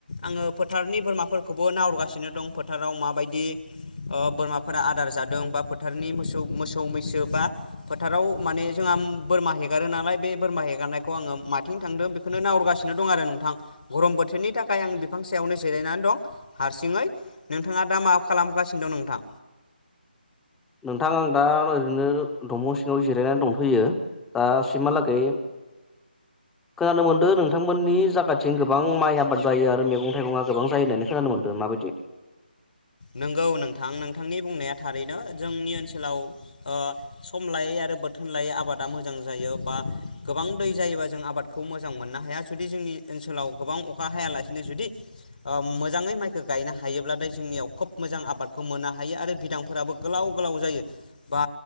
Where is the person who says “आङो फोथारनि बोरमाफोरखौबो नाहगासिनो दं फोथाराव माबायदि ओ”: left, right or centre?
Left